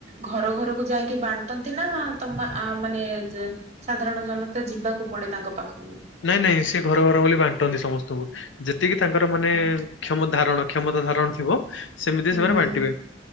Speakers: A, on the right; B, on the left.
A: ଘର ଘରକୁ ଯାଇଁ କି ବାଣ୍ଟନ୍ତି ନା ତମ ଆ ମାନେ ଯେ ସାଧାରଣ ଜନତା ଯିବାକୁ ପଡେ ତାଙ୍କ ପାଖକୁ?
B: ନାଇଁ ନାଇଁ ସେ ଘର ଘର ବୋଲି ବାଣ୍ଟନ୍ତି ସମସ୍ତଙ୍କୁ ଯେତିକି ତାଙ୍କର
A: ହଁ
B: ମାନେ
A: ହଁ
B: କ୍ଷମ ଧାରଣ କ୍ଷମତା ଧାରଣ ଥିବ ସେମିତି
A: ହୁଁ
B: ସେମାନେ ବାଣ୍ଟିବେ